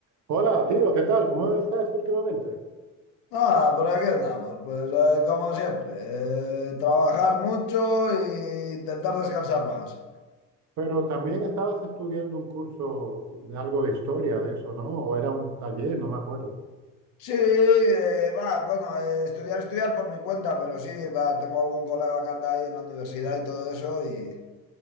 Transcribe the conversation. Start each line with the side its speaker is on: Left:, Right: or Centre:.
Right: Hola, tío, ¿qué tal? ¿Cómo estás últimamente?
Left: Nada, por aquí andamos, pues eh, como siempre, eh, trabajar mucho e intentar descansar más.
Right: Pero también estabas estudiando un curso de algo de historia de eso, ¿no? O era un taller, no me acuerdo.
Left: Sí, eh, va, bueno, eh, estudiar, estudiar por mi cuenta, pero sí, va, tengo algún colega que anda ahí en la universidad y todo eso, y,